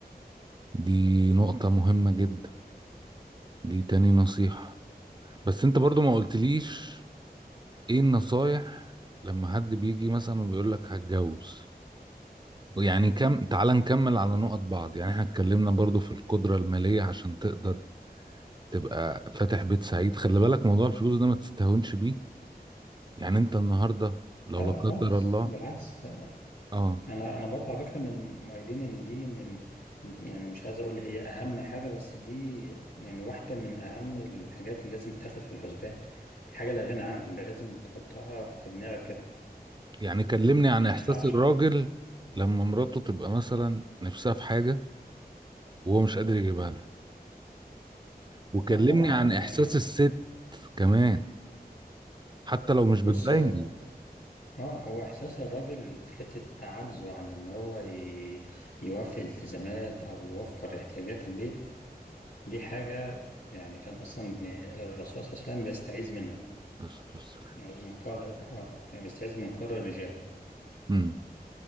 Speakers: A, on the right; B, on the left.
A: دي نقطة مهمة جدا دي تاني نصيحة بس انت برضو ما قلتليش ايه النصايح لما حد بيجي مثلا وبيقول لك هتجوز ويعني كم تعال نكمل على نقط بعض يعني احنا اتكلمنا برضو في القدرة المالية عشان تقدر تبقى فاتح بيت سعيد خلي بالك موضوع الفلوس ده ما تستهونش بيه يعني انت النهاردة لو
B: لا
A: لا
B: لا
A: قدر
B: خالص
A: الله
B: بالعكس آه،
A: اه
B: انا انا برضه على فكره من مؤيدين ان دي من يعني مش عايز اقول هي اهم حاجه بس دي يعني واحده من اهم الحاجات اللي لازم تاخد في الحسبان حاجه لا غنى عنها لازم تحطها في دماغك كده
A: يعني كلمني عن
B: ما
A: احساس
B: ينفعش
A: الراجل لما مراته تبقى مثلا نفسها في حاجة وهو مش قادر يجيبها لها وكلمني
B: لا طبعا
A: عن احساس
B: يعني
A: الست كمان حتى لو مش
B: بص
A: بتبين
B: اه هو احساس الراجل في حتة عجزه عن ان هو ي- يوفي التزامات او يوفر احتياجات البيت دي حاجة يعني كان اصلا الرسول صلى الله عليه وسلم بيستعيذ منها
A: بس بس
B: يعوذ من قهر اه يعني بيستعيذ من قهر الرجال
A: امم